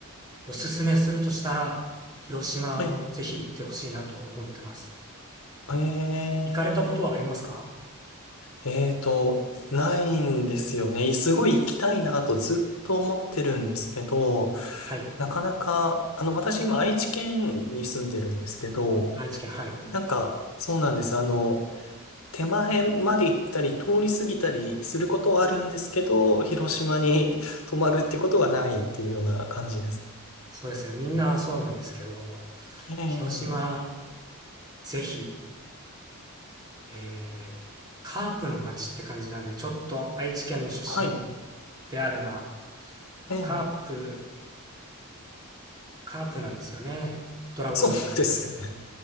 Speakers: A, on the right; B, on the left.
A: おすすめするとしたら、広島をぜひ行ってほしいなと思ってます。
B: あ、ええ、ええ、
A: 行かれたことはありますか
B: えーと、ないんですよね。すごい行きたいなとずっと思ってるんですけど、
A: はい。
B: なかなか、あの、私今愛知県に住んでるんですけど、
A: 愛知県、はい。
B: なんか、そうなんです。あの、手前まで行ったり、通り過ぎたりすることはあるんですけど、広島に泊まるってことがないっていうような感じです。
A: そうですね。みんなそうなんですけど、
B: ええ、
A: 広島、ぜひ、えーカープの街って感じなんで、ちょっと愛知県の出身
B: はい。
A: であれば、
B: ええ、
A: カープカープなんですよね。ドラゴンズじゃなくて。
B: そうですよね。